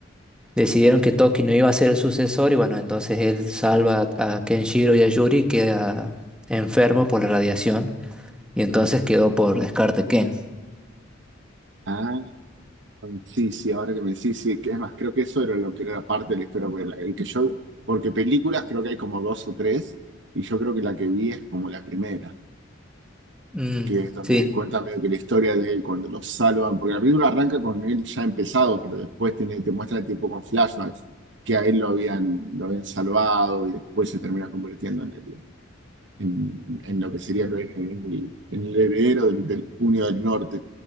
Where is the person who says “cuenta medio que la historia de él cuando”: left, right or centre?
Right